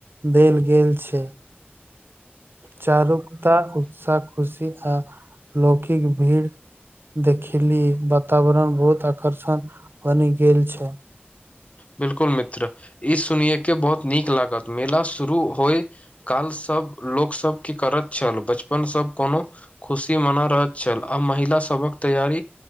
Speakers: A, on the right (about 65°); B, on the left (about 35°).
A: देल गेल छै चारुकता उत्साह खुशी आ लौकिक भीड़ देखली वातावरण बहुत आकर्षण बनि गेल छै
B: बिल्कुल मित्र ई सुनिये के बहुत नीक लागत मेला शुरू होइ काल सब लोकसब की करैत छल बचपन सब कोनो खुशी मना रहैत छल आ महिला सभक तैयारी